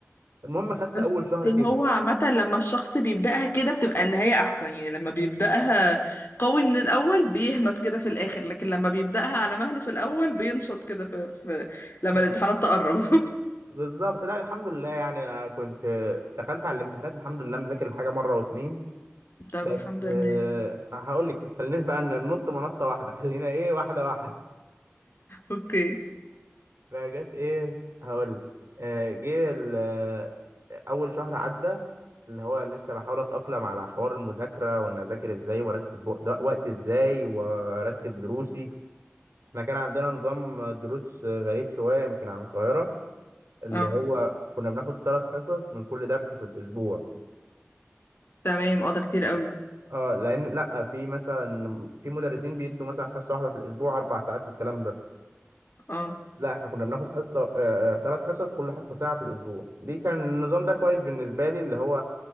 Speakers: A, on the right; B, on the left.
A: المهم خدت
B: بس
A: اول شهر
B: هو
A: كده
B: عامة لما الشخص بيبدأها كده بتبقى النهاية أحسن يعني لما بيبدأها قوي من الأول بيهمت كده في الآخر لكن لما بيبدأها على مهله في الأول بينشط كده في, في لما
A: آه.
B: الامتحانات تقرب <laughs>
A: بالظبط لا الحمد لله يعني أنا كنت دخلت على الامتحانات الحمد لله مذاكر الحاجه مره واتنين
B: طب
A: بس
B: الحمد لله
A: آه، هقول لك ما تخلينيش بقى ن- ننط منطه واحده <laughs> خلينا ايه واحده واحده
B: أوكي
A: فجت ايه هقول لك آه، جه ال- آه، اول شهر عدى اللي هو لسه بحاول اتاقلم على حوار المذاكره وان اذاكر ازاي وارتب وق- ده- وقت ازاي وارتب دروسي احنا كان عندنا نظام دروس غريب شويه يمكن عن القاهره اللي
B: اه
A: هو كنا بناخد ثلاث حصص من كل درس في الاسبوع
B: تمام اه ده كتير قوي
A: اه لان لا في مثلا في مدرسين بيدوا مثلا حصه واحده في الاسبوع اربع ساعات والكلام ده
B: اه
A: لا احنا كنا بناخد حصه ثلاث حصص كل حصه ساعه في الاسبوع دي كان النظام ده كويس بالنسبه لي اللي هو